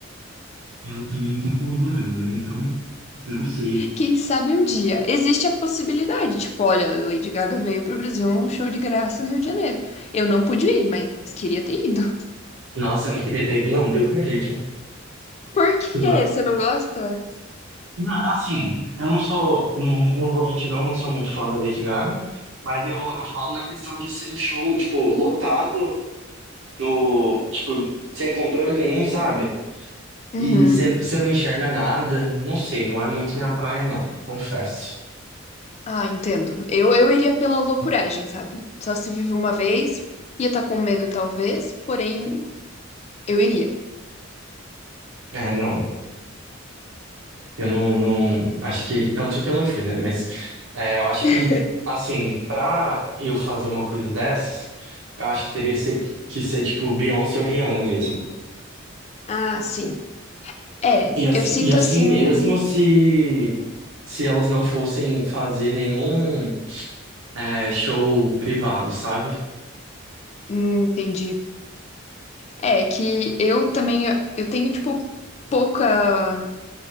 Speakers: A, on the right; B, on the left.
A: ela também não tá colaborando, né? Então, não sei.
B: Quem sabe um dia. Existe a possibilidade, tipo, olha, Lady Gaga veio pro Brasil num show de graça no Rio de Janeiro. Eu não pude ir, mas queria ter ido. <laughs>
A: Nossa, eu não queria ter ido, não, Deus me livre.
B: Por quê?
A: Sei lá.
B: Você não gosta?
A: Na- assim, eu não sou, não, não vou mentir, não, não sou muito fã da Lady Gaga, mas eu, eu falo na questão de ser um show, tipo, lotado, no, tipo, sem controle nenhum, sabe?
B: Uhum.
A: E você não enxerga nada, não sei, não é muito minha praia, não, confesso.
B: Ah, entendo. Eu, eu iria pela loucuragem, sabe? Só se vive uma vez, ia estar com medo talvez, porém, eu iria.
A: É, não. Eu não, não acho que tanto que eu não fui, né? Mas é, eu acho
B: <laughs>
A: que assim, pra eu fazer uma coisa dessas, eu acho que teria ser- que ser tipo Beyoncé ou Rihanna mesmo.
B: Ah, sim. É,
A: E assim,
B: eu sinto
A: e assim
B: assim.
A: mesmo, se se elas não fossem fazer nenhum é, show privado, sabe?
B: hum, Entendi. É que eu também eu tenho, tipo, pouca.